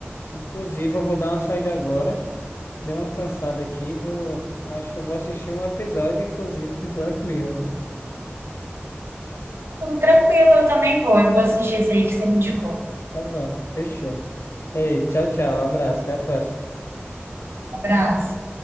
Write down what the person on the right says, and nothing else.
Então, Tranquilo, eu também vou. Eu vou assistir esse aí que você me indicou.
Abraço.